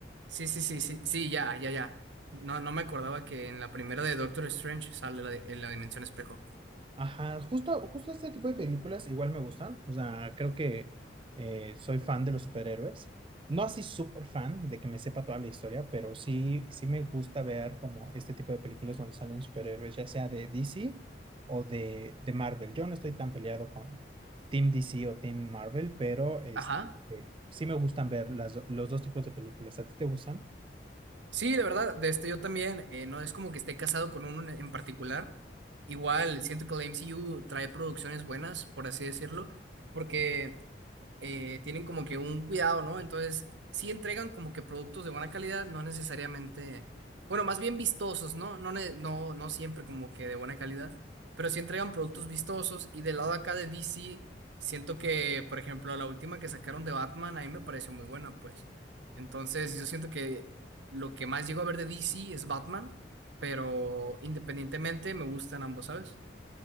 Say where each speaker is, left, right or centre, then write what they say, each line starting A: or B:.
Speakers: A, on the right; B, on the right.
A: Sí, sí, sí, sí, sí, ya, ya, ya. No, no me acordaba que en la primera de Doctor Strange sale la de, en la dimensión espejo.
B: Ajá, justo, justo este tipo de películas igual me gustan. O sea, creo que eh, soy fan de los superhéroes. No así súper fan de que me sepa toda la historia, pero sí, sí me gusta ver como este tipo de películas donde salen superhéroes, ya sea de DC o de, de Marvel. Yo no estoy tan peleado con Team DC o Team Marvel, pero este,
A: Ajá.
B: eh, sí me gustan ver las do- los dos tipos de películas. ¿A ti te gustan?
A: Sí, de verdad, de este yo también, eh, no es como que esté casado con uno en en particular. Igual, siento que la MCU trae producciones buenas, por así decirlo, porque eh, tienen como que un cuidado, ¿no? Entonces, sí entregan como que productos de buena calidad, no necesariamente, bueno, más bien vistosos, ¿no? No, ne- no, no siempre como que de buena calidad, pero sí entregan productos vistosos y del lado acá de DC, siento que, por ejemplo, la última que sacaron de Batman, a mí me pareció muy buena, pues. Entonces, yo siento que lo que más llego a ver de DC es Batman, pero independientemente me gustan ambos, ¿sabes?